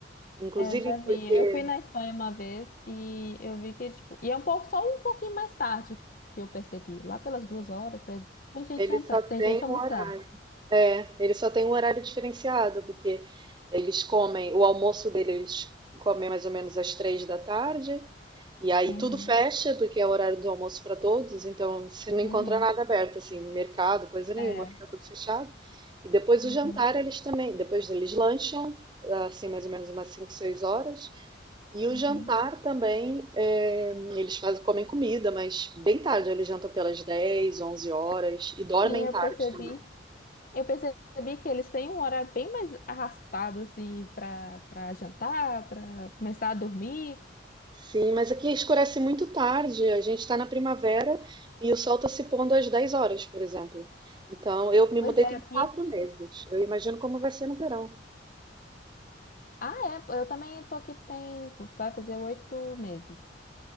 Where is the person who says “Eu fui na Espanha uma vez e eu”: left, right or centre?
Left